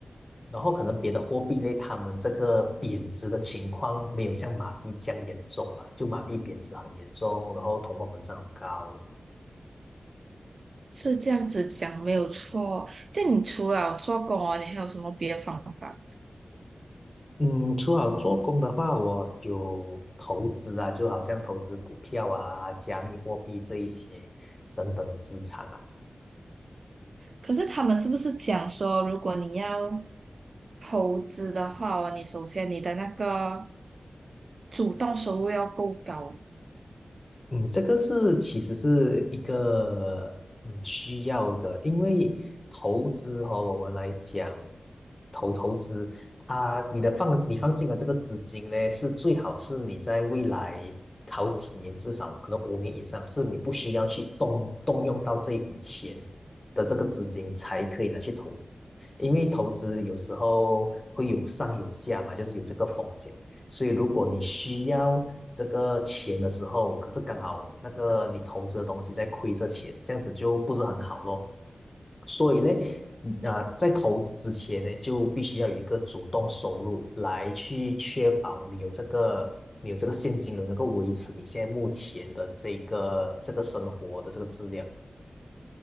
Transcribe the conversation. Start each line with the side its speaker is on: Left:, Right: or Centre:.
Left: 然后可能别的货币类，他们这个贬值的情况没有像马币这样严重了，就马币贬值很严重，然后通货膨胀很高。
Right: 是这样子讲没有错。这样你除了做工哦，你还有什么别的方法？
Left: 嗯，除好做工的话，我有投资啊，就好像投资股票啊、加密货币这一些等等的资产啊。
Right: 可是他们是不是讲说，如果你要投资的话哦你首先你的那个主动收入要够高。
Left: 嗯，这个是其实是一个嗯需要的，因为投资哦，我们来讲投投资，它你的放你放进的这个资金呢，是最好是你在未来好几年，至少可能五年以上，是你不需要去动动用到这一笔钱的这个资金才可以拿去投资，因为投资有时候会有上有下嘛，就是有这个风险。所以如果你需要这个钱的时候，可是刚好那个你投资的东西在亏着钱，这样子就不是很好咯。所以呢，嗯啊、在投资之前呢，就必须要有一个主动收入来去确保你有这个你有这个现金流，能够维持你现在目前的这个这个生活的这个质量。